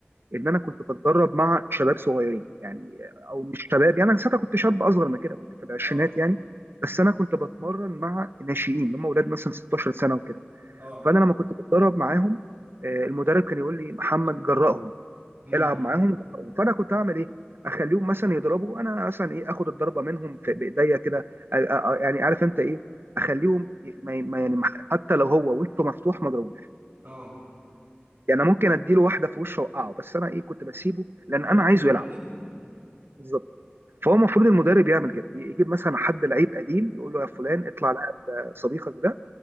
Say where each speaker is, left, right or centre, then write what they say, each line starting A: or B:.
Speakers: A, on the right (about 65°); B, on the right (about 40°).
A: ان انا كنت بتدرب مع شباب صغيرين يعني او مش شباب يعني انا ساعتها كنت شاب اصغر من كده كنت في العشرينات
B: اه
A: يعني بس انا كنت بتمرن مع ناشئين هم اولاد مثلا 16 سنه وكده
B: اه
A: فانا لما كنت بتدرب معاهم آه، المدرب كان يقول لي محمد جرأهم
B: امم
A: العب معاهم فانا كنت هعمل ايه اخليهم مثلا يضربوا انا مثلا ايه اخد الضربه منهم في بايديا كده أ- أ- يعني عارف انت ايه اخليهم ي- ما ما- يعني ما- حتى لو هو وشه مفتوح ما اضربوش
B: اه
A: يعني أنا ممكن اديله واحده في وشه اوقعه بس انا ايه كنت بسيبه لان
B: ايوه
A: انا
B: انت
A: عايزه
B: بتعلمه
A: يلعب بالظبط فهو المفروض المدرب يعمل كده ي- يجيب مثلا حد لعيب قديم يقول له يا فلان اطلع على صديقك ده